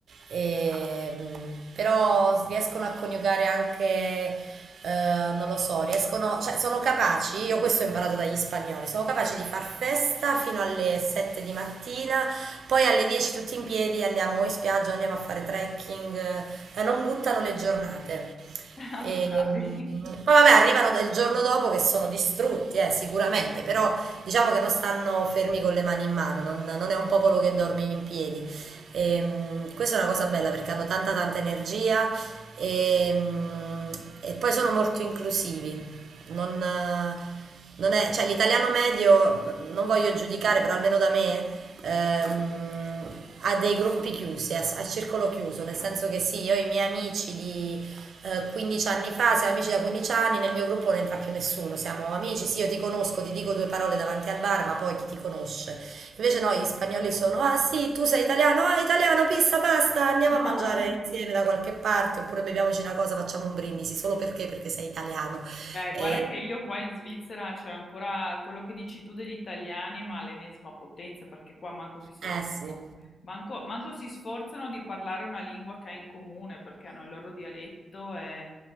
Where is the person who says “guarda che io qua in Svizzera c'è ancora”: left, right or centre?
Left